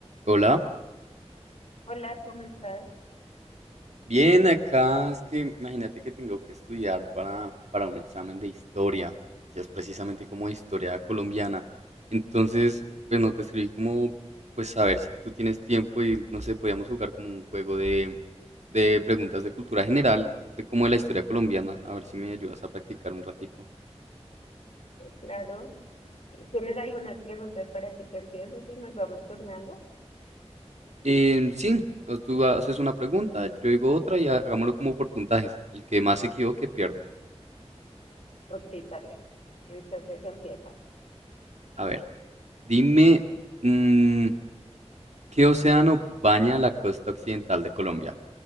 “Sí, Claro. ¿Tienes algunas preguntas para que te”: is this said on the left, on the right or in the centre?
Left